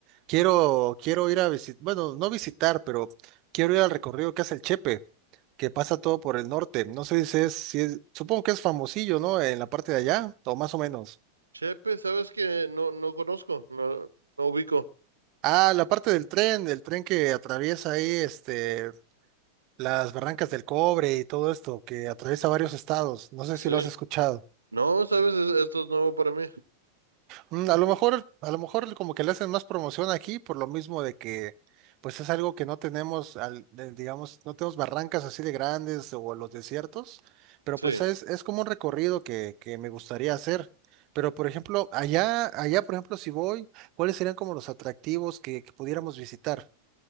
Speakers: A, on the right; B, on the right.
A: Quiero, quiero ir a visitar, bueno, no visitar, pero quiero ir al recorrido que hace el Chepe, que pasa todo por el norte. No sé si es, si es, supongo que es famosillo, ¿no? En la parte de allá, o más o menos.
B: Chepe, sabes que no, no conozco, no, no ubico.
A: Ah, la parte del tren, del tren que atraviesa ahí, este, Las Barrancas del Cobre y todo esto que atraviesa varios estados. No sé
B: Sí.
A: si lo has escuchado.
B: No, sabes, Es- esto es nuevo para mí.
A: Mm, A lo mejor, a lo mejor como que le hacen más promoción aquí por lo mismo de que pues es algo que no tenemos, al, de- digamos, no tenemos barrancas así de grandes o los desiertos, pero
B: Sí.
A: pues es, es como un recorrido que, que me gustaría hacer. Pero por ejemplo, allá, allá por ejemplo, si voy, ¿cuáles serían como los atractivos que, que pudiéramos visitar?